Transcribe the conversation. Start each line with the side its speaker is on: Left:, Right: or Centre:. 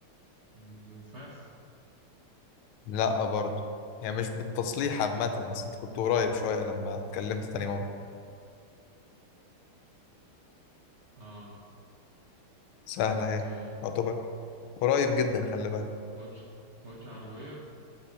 Right: مم، مفاخ
Left: لا برضو يعني مش بالتصليح عامه بس انت كنت قريب شويه لما اتكلمت تاني مره
Right: اه
Left: سهله
Right: طيب
Left: اهي يعتبر قريب جدا خلي بالك
Right: كوتش كوتش عربية